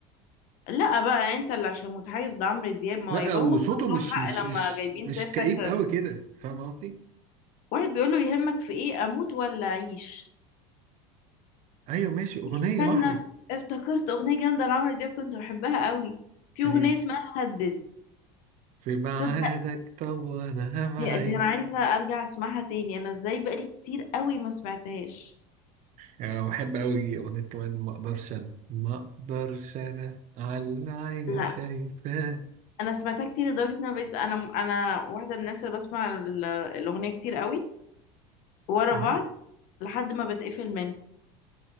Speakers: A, on the left; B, on the right.
A: لا بقى انت اللي عشان متحيز لعمرو دياب ما
B: لا
A: هو يبقى
B: وصوته
A: هم كان عندهم
B: مش مش مش
A: حق لما جايبين
B: مش
A: سيرتك
B: كئيب قوي كده فاهم قصدي
A: واحد بيقول له يهمك في ايه اموت ولا اعيش
B: ايوه ماشي اغنيه
A: استنى
B: واحده
A: افتكرت اغنيه جامده لعمرو دياب كنت بحبها قوي في
B: ايه
A: اغنيه اسمها هدد
B: في بعادك
A: تصدق
B: طب وانا هبعد
A: دي, دي انا عايزه ارجع اسمعها تاني انا ازاي بقالي كتير قوي ما سمعتهاش
B: يعني أنا بحب أوي أغنية كمان ما أقدرش أنا ما أقدرش أنا على عيني
A: لا
B: شايفاه
A: انا سمعتها كتير لدرجه ان انا بقيت انا انا واحده من الناس اللي بسمع ال- الاغنيه كتير قوي ورا
B: إيه؟
A: بعض لحد ما بتقفل منها